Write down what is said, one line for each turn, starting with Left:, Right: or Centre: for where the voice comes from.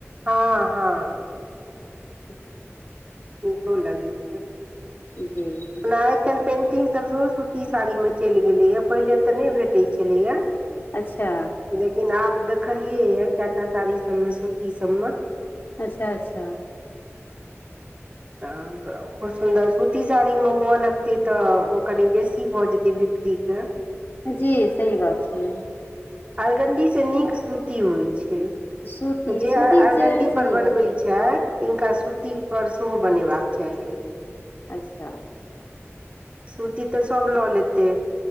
Right: हँ हँ
Left: <inaudible>
Right: <unintelligible> भुखो लगै छै।
Left: जी
Right: ओना आइ काल्हि पेन्टिंग सभ सेहो सूती साड़ी मे चलि गेलैय। पहिले तऽ नहि भेटैत छलैए।
Left: अच्छा
Right: लेकिन आब देखलियै ये कएटा साड़ी सभमे सूती सभमे
Left: अच्छा अच्छा
Right: तब खूब सुन्दर सूती साड़ी मे हुअ लगतै तऽ ओ कनी बेसी भऽ जेतै बिक्री के
Left: जी सही बात छैै।
Right: अरगण्डीसँ नीक सूती होइ छै
Left: सूती
Right: तऽ जे
Left: सूती
Right: अरगण्डी
Left: जे सही
Right: पर बनबै
Left: गप
Right: छथि तिनका सूती पर सेहो बनेबाक चाहियनि
Left: अच्छा
Right: सूती तऽ सभ लऽ लेते